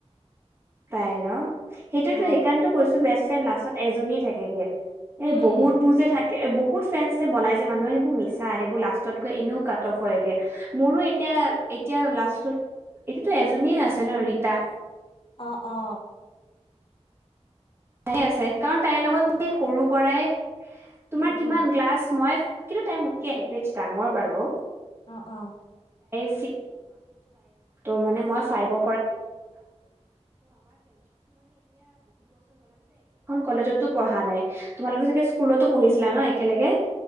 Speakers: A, on the right; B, on the left.
A: তাই ন সেইটোতো
B: অ
A: সেইকাৰণে কৈছো বেস্ চেন লাষ্টত এজনীয়ে থাকেগে।
B: উম
A: এই বহুত বুজে থাকে। বহুত ফ্ৰেনছ যে বনাই যে মানুহে সেইবোৰ মিছা সেইবোৰ লাষ্টত গৈ এনেও কাটাফ হয়গে মোৰো এতিয়া এতিয়া লাষ্টত এতিয়া টো এজনীয়ে আছে ন ৰীতা।
B: অ অ
A: আছে কাৰণ তাইৰ লগত মই সৰু পৰাই তোমাৰ
B: উম
A: কিমান
B: উম
A: গ্লাছ মই কিন্তু তাই মোতকে এক বেজ ডাঙৰ বাৰু
B: অ অ
A: <unintelligible> হৈ গল আম একেখন কলেজতো পঢ়া নাই তোমালোকে চাগে স্কুলতো পঢ়িছিলা ন একেলগে